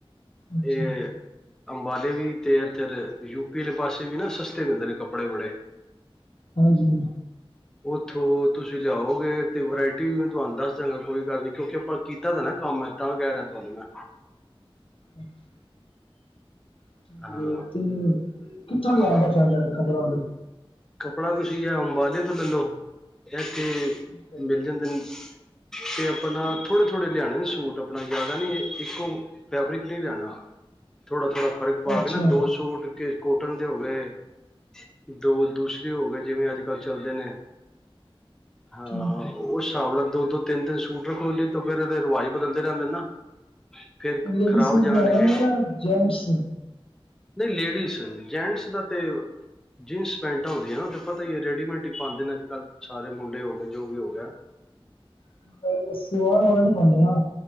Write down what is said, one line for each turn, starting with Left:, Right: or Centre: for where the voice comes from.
Left: ਅੱਛਾ
Centre: ਏ ਅੰਬਾਲੇ ਵੀ ਤੇ ਏੱਥਰ ਯੂਪੀ ਅਲੇ ਪਾਸੇ ਵੀ ਨਾ ਸਸਤੇ ਮਿਲਦੇ ਨੇ ਕੱਪੜੇ ਬੜੇ।
Left: ਹਾਂਜੀ।
Centre: ਓਥੋਂ ਤੁਸੀ ਲਿਆਓਗੇ ਤੇ ਵਰਾਇਟੀ ਵੀ ਮੈਂ ਤੁਆਨੂੰ ਦੱਸ ਦਾਂਗਾ, ਕੋਈ ਗੱਲ ਨੀ ਕਿਉਂਕਿ ਆਪਾਂ ਕੀਤਾ ਦਾ ਨਾ ਕੰਮ ਐ। ਤਾਂ ਕੈ ਰਿਆਂ ਤੁਆਨੂੰ ਮੈਂ।
Left: ਅੱਛਾ। <unintelligible>
Centre: ਹਾਂ
Left: ਕਿੱਥੋਂ ਲੇਅ
Centre: ਹਾਂ
Left: ਆਂਦਾ <unintelligible> ਕਪੜਾ <unintelligible>
Centre: ਕੱਪੜਾ ਤੁਸੀ ਯਾਂ ਐ ਅੰਬਾਲੇ ਤੋਂ ਲੱਲ ਲੋ। ਇੱਥੇ
Left: ਠੀਕ ਹੈ
Centre: ਮਿਲ ਜਾਂਦੇ ਨ। ਤੇ ਆਪਣਾ ਥੋੜੇ-ਥੋੜੇ ਲਿਆਣੇ ਨੇ ਸੂਟ ਆਪਣਾ ਯਾਦਾ ਨੀ ਏ ਇੱਕੋ ਫੈਬਰਿਕ ਨੀ ਲੈਣਾ। ਥੋੜਾ-ਥੋੜਾ ਫਰਕ ਪਾ
Left: ਅੱਛਾ
Centre: ਕੇ ਨਾ ਦੋ ਸੂਟ ਕੇ ਕੋਟਨ ਦੇ ਹੋ ਗੇ, ਦੋ ਦੂਸਰੇ ਹੋ ਗੇ ਜਿਵੇਂ ਆੱਜ-ਕਾੱਲ ਚੱਲਦੇ ਨੇ। ਹਾਂ
Left: ਠੀਕ ਹੈ
Centre: ਓਸ ਸਾਬ ਨਾਲ ਦੋ ਦੁ ਤਿੰਨ-ਤਿੰਨ ਸੂਟ ਰੱਖੋ ਨੀ ਤੇ ਫੇਰ ਏਦੇ ਰਿਵਾਜ਼ ਬਦਲਦੇ ਰੈਂਦੇ ਨਾ ਫੇਰ
Left: ਲੇਡੀਜ਼
Centre: ਖ਼ਰਾਬ
Left: ਸੂਟ
Centre: ਜਾਣਗੇ
Left: ਲੈਣੇ ਨੇ ਯਾਂ ਜੇੈਂਟਸ?
Centre: ਨਈ ਲੇਡੀਜ਼। ਜੈਂਟਸ ਦਾ ਤੇ ਜੀਨਸ ਪੈਂਟਾਂ ਹੁੰਦੀਐ ਨਾ ਓ ਤੇ ਪਤਾ ਈ ਏ ਰੇਡੀਮੇਟ ਈ ਪਾਂਦੇ ਨੇ ਆੱਜ-ਕਾੱਲ ਸਾਰੇ ਮੁੰ ਡੇ ਹੋ ਗੇ, ਜੋ ਵੀ ਹੋ ਗਿਆ।
Left: <unintelligible> ਨੀ ਪਾਂਦੀਆਂ।